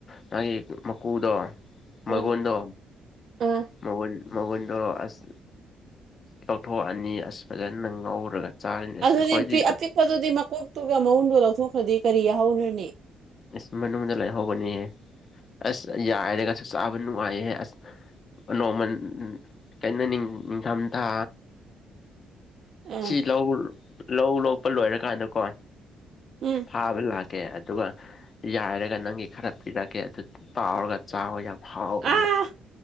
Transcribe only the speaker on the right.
ꯑꯥ ꯑꯥ
ꯑꯗꯨꯗꯤ
ꯄꯤꯛ ꯑꯄꯤꯛꯄꯗꯨꯗꯤ ꯃꯀꯣꯛꯇꯨꯒ ꯃꯎꯟꯗꯨꯒ ꯂꯧꯊꯣꯛꯈ꯭ꯔꯗꯤ ꯀꯔꯤ ꯌꯥꯍꯧꯔꯅꯤ
ꯑꯥ
ꯎꯝ
ꯑꯥ